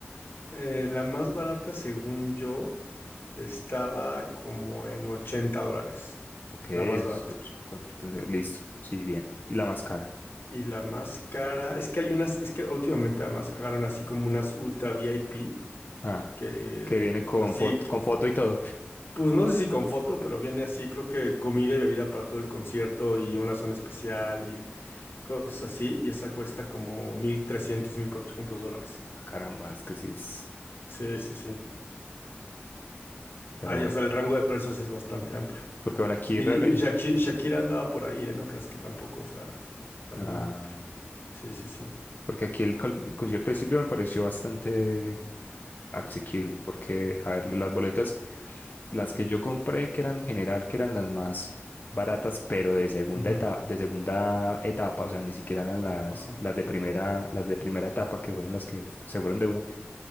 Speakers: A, on the left; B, on the left.
A: Eh, la más barata, según yo, estaba como en 80 dólares.
B: Ok, es,
A: La más barata.
B: es cuatro, tres, listo, sí, bien. Y la más cara.
A: Y la más cara, es que hay unas, es que últimamente además agarran así como unas ultra VIP,
B: Ah,
A: que
B: que viene con
A: así,
B: foto,
A: que-
B: con foto y todo.
A: pues no sé si con foto, pero viene así, creo que comida y bebida para todo el concierto y una zona especial y cosas así, y esa cuesta como mil trescientos mil cuatrocientos dólares.
B: Ah, caramba, es que sí es,
A: Sí, sí, sí.
B: pero
A: Ay,
B: bueno.
A: o sea, el rango de precios es bastante amplio.
B: Porque bueno, aquí
A: Y,
B: realmente,
A: y Shaki- Shakira andaba por ahí, ¿eh? No creas que tampoco, o sea, también,
B: ah,
A: sí, sí, sí.
B: porque aquí el, con- el concierto de Silvio me pareció bastante asequible, porque, a ver, las boletas, las que yo compré, que eran en general, que eran las más baratas, pero de segunda
A: Ujú,
B: etapa, de segunda etapa, o sea, ni siquiera eran las,
A: Ajá.
B: las de primera, las de primera etapa, que fueron las que f- se fueron de una,